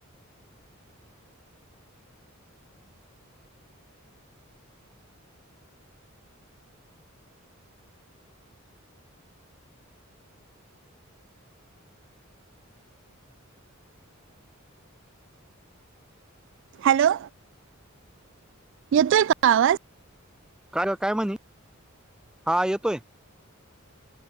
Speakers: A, on the right; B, in the centre.
A: Hello, येतोय का आवाज?
B: कार काय म्हणी? हा येतोय.